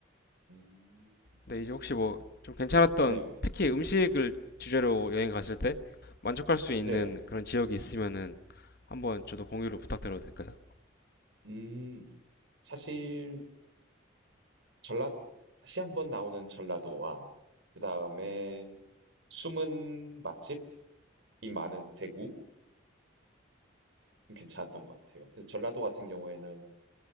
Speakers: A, on the right; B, on the left.
A: 음,
B: 근데 이제 혹시 뭐 좀 괜찮았던
A: 네,
B: 특히 음식을 주제로 여행 갔을 때 만족할 수 있는
A: 네네.
B: 그런 지역이 있으면은 한번 저도 공유를 부탁드려도 될까요?
A: 음, 사실 전라도, 다시 한번 나오는 전라도와, 그 다음에 숨은 맛집이 많은 대구? 괜찮았던 것 같아요. 근데 전라도 같은 경우에는,